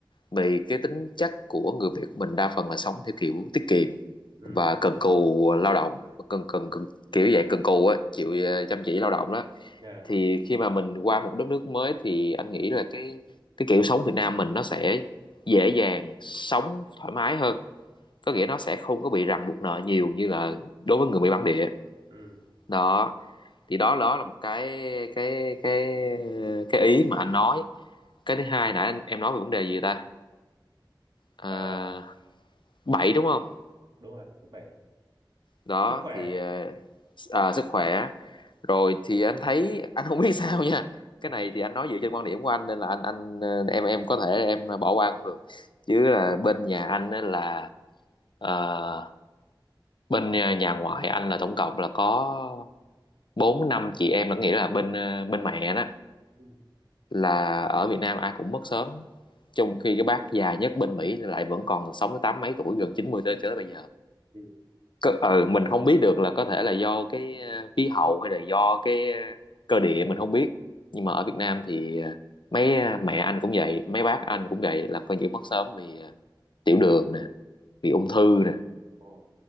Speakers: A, on the left (about 70°); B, on the right (about 55°).
A: vì cái tính chất của người Việt mình đa phần là sống theo kiểu tiết kiệm
B: ừ
A: và cần cù lao động cần cần, cần kiểu dạng cần cù ấy chịu ờ, chăm chỉ lao động đó
B: yeah.
A: thì khi mà mình qua một đất nước mới thì anh nghĩ là cái cái kiểu sống Việt Nam mình nó sẽ dễ dàng sống thoải mái hơn có nghĩa nó sẽ không có bị ràng buộc nợ nhiều như là đối với người Mỹ bản địa
B: ừ
A: đó thì đó đó là một cái cái cái cái ý mà anh nói cái thứ hai nãy anh, em nói về vấn đề gì ta à,
B: Ờ,
A: 7 đúng không?
B: đúng rồi thứ bảy
A: Đó
B: sức khỏe
A: thì ờ,
B: yeah.
A: à, sức khỏe. Rồi thì anh thấy anh không biết <laughs> sao nha.
B: ừ
A: Cái này thì anh nói dựa trên quan điểm của anh nên là anh anh ờ, em em có thể em bỏ qua cũng được. Chứ là bên nhà anh á là ờ, bên nhà nhà ngoại anh là tổng cộng là có 4 năm chị em là nghĩa là bên ờ, bên mẹ đó
B: ừ
A: là ở Việt Nam ai cũng mất sớm. Trong khi cái bác già nhất bên Mỹ lại vẫn còn sống tới tám mấy tuổi gần chín mươi tới tới bây giờ.
B: ừ.
A: Cơ, ừ, mình không biết được là có thể là do cái ờ, khí hậu hay là do cái ờ, cơ địa mình không biết nhưng mà ở Việt Nam thì ờ, mấy ờ, mẹ anh cũng vậy mấy bác anh cũng vậy là coi như mất sớm vì ờ, tiểu đường nè vì ung thư nè
B: Ồ.